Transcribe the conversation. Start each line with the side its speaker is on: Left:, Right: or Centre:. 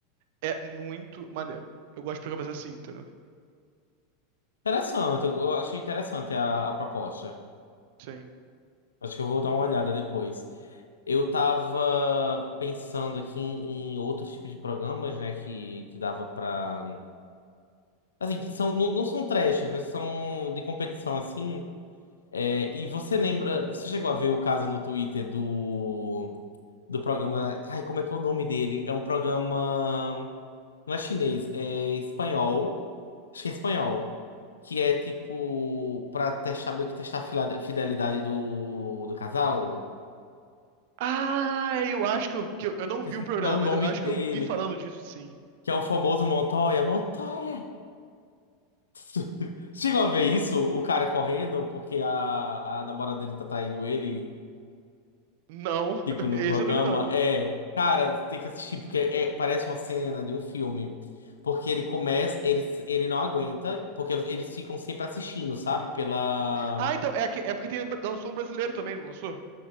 Right: É muito maneiro. Eu gosto de programas assim, entendeu?
Left: Interessante, eu eu achei interessante a, a proposta.
Right: Sim.
Left: Acho que eu vou dar uma olhada depois. Eu tava pensando aqui em, em outros tipos de programas, né, que, que dava pra. Assim, que são, não, não são trash, mas são de competição assim. É, e você lembra, você chegou a ver o caso no Twitter do, do programa. Ai, como é que é o nome dele? É um programa. Não é chinês, é espanhol. Acho que é espanhol. Que é tipo. Pra testar, meio que testar a fila- fidelidade do, do casal.
Right: Ah, eu acho que eu, que eu, eu não vi
Left: Esse,
Right: o programa,
Left: como é o nome
Right: mas eu acho
Left: dele?
Right: que eu vi falando disso, sim.
Left: Que é o famoso Montoya. Montoya! <laughs> Chegou a ver isso? O cara correndo porque a, a namorada dele tá traindo ele,
Right: Não, <laughs>
Left: tipo, no
Right: esse
Left: programa.
Right: eu não vi, não.
Left: É, cara, tem que assistir, porque é, parece uma cena de um filme. Porque ele começa, ele, ele não aguenta, porque eles ficam sempre assistindo, sabe? Pela.
Right: Ah, então, é, aque- é porque tem, um, lançou um brasileiro também, não lançou?